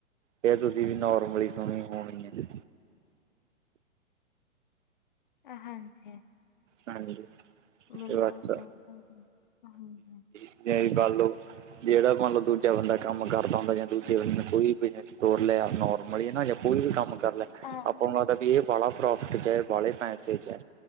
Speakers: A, on the right; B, on the left.
A: ਫਿਰ ਤੁਸੀਂ ਵੀ ਨੋਰਮਲੀ ਸੁਣੀ ਹੋਣੀ ਗੀਆਂ।
B: ਅ ਹਾਂਜੀ।
A: ਹਾਂਜੀ।
B: ਬਿਲਕੁਲ
A: ਤੇ ਬਸ
B: ਸਹੀ ਗੱਲ ਐ ਹਾਂਜੀ।
A: ਜਿ ਵੀ ਕਰ ਲਓ, ਜਿਹੜਾ ਮਤਲਬ ਦੂਜਾ ਬੰਦਾ ਕੰਮ ਕਰਦਾ ਹੁੰਦਾ ਜਾਂ ਦੂਜੇ ਬੰਦੇ ਨੂੰ ਕੋਈ ਬਿ ਤੋਰ ਲਿਆ, ਨੋਰਮਲ ਈਏ ਨਾਂ ਜਾਂ ਕੋਈ ਵੀ ਕੰਮ ਕਰ ਲੈ।
B: ਹਾਂਜੀ
A: ਆਪਾਂ ਨੂੰ ਕੈਤਾ ਵੀ ਬਾਲਾ ਪ੍ਰੋਫਿਟ ਚ ਬਾਲੇ ਪੈਸੇ ਚ ਏ